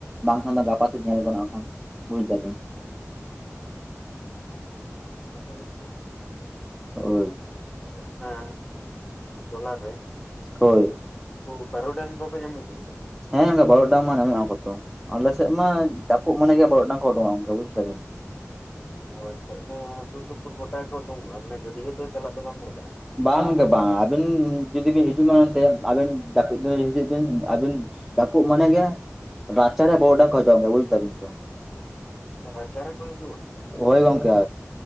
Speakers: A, in the centre; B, on the left (about 20°).
A: ᱵᱟᱝᱠᱷᱟᱱ ᱫᱚ ᱜᱟᱯᱟ ᱥᱮᱫ ᱧᱮᱞ ᱜᱟᱱᱚᱜ ᱟ ᱵᱟᱝ ᱠᱷᱟᱱ ᱵᱩᱡ ᱮᱫᱟ ᱵᱤᱱ,
B: ᱦᱳᱭ ᱛᱚᱵᱮ,
A: ᱦᱳᱭ
B: ᱚᱱᱟ ᱡᱚᱞᱟᱨᱮ,
A: ᱦᱳᱭ,
B: ᱩᱱᱠᱩ ᱵᱟᱨᱩᱰᱟᱝ ᱠᱚᱯᱮ ᱧᱟᱢᱮᱫ ᱠᱚᱣᱟ ᱥᱮ ᱵᱟᱝ,
A: ᱦᱮᱸ ᱵᱟᱨᱚᱰᱟᱝ ᱢᱟ ᱧᱟᱢᱚᱜ ᱟᱠᱚ ᱛᱚ ᱟᱞᱮ ᱥᱮᱫ ᱢᱟ ᱡᱟᱯᱩᱜ ᱢᱟᱱᱮ ᱜᱮ ᱵᱟᱨᱚᱰᱟᱝ ᱠᱚ ᱩᱰᱚᱠᱚᱜ-ᱟ ᱜᱚᱝᱠᱮ ᱵᱩᱡᱷ ᱠᱮᱫᱟ ᱵᱤᱱ,
B: ᱚ ᱟᱪᱪᱷᱟ ᱚᱱᱮ ᱥᱩᱨ ᱥᱩᱯᱩᱨ ᱜᱚᱴᱟ ᱜᱮᱠᱚ ᱚᱰᱩᱠᱚᱜ-ᱟ ᱢᱟᱱᱮ ᱜᱟᱹᱰᱤᱟᱹᱫᱚ ᱪᱟᱞᱟᱜ ᱫᱚ ᱵᱟᱝ, <inaudible>
A: ᱵᱟᱝ ᱜᱚᱝᱠᱮ ᱵᱟᱝ ᱟᱹᱵᱤᱱ ᱡᱩᱫᱤ ᱵᱤᱱ ᱦᱤᱡᱩᱜᱢᱟ ᱮᱱᱛᱮ ᱟᱹᱵᱤᱱ ᱡᱟᱹᱯᱩᱫ ᱫᱤᱱ ᱦᱤᱡᱩᱜ ᱵᱤᱱ ᱟᱹᱵᱤᱱ, ᱡᱟᱹᱯᱩᱫ ᱢᱟᱱᱮ ᱜᱮ ᱨᱟᱪᱟᱨᱮ ᱵᱟᱨᱩᱰᱟᱝ ᱠᱚ ᱦᱤᱡᱩᱜ ᱟ ᱵᱩᱡ ᱮᱫᱟ ᱵᱤᱱ ᱛᱚ,
B: ᱨᱟᱪᱟ ᱨᱮ ᱠᱚ ᱦᱤᱡᱩᱜ ᱟ,
A: ᱦᱳᱭ ᱜᱚᱝᱠᱮ,